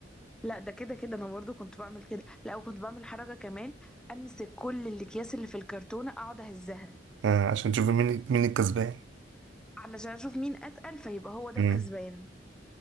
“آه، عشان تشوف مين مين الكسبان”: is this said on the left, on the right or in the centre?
Right